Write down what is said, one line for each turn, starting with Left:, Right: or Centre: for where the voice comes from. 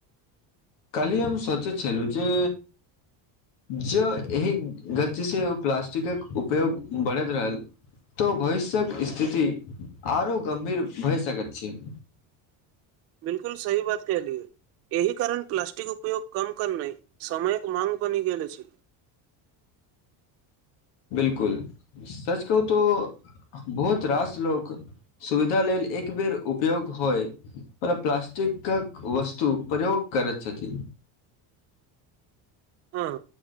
Left: काल्हि हम सोचे छलू जे जँ एहि गतिसँ ओ प्लास्टिकक उपयोग बढ़ैत रहल तऽ भविष्यक स्थिति आओर गंभीर भय सकैत छै <inaudible>
Right: बिलकुल सही बात कहलियै एहि कारण प्लास्टिक उपयोग कम करनाइ समयक माँग बनि गेल छै
Left: बिलकुल सच कहू तो बहुत रास लोक सुविधा लेल एक बेर उपयोग होय मतलब प्लास्टि प्लास्टिकक वस्तु प्रयोग करैत छथि
Right: हँ